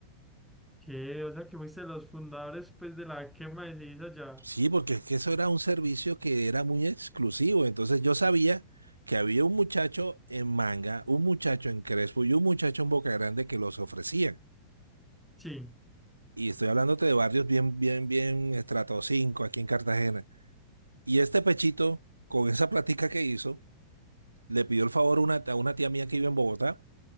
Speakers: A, in the centre; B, on the right.
A: ¿Qué? O sea, que fuiste de los fundadores, pues, de la quema de ceniza allá.
B: Sí, porque es que eso era un servicio que era muy exclusivo. Entonces yo sabía que había un muchacho en Manga, un muchacho en Crespo y un muchacho en Boca Grande que los ofrecían.
A: Sí,
B: Y estoy hablándote de barrios bien, bien, bien estrato 5 aquí en Cartagena. Y este pechito, con esa platica que hizo, le pidió el favor a una, a una tía mía que vive en Bogotá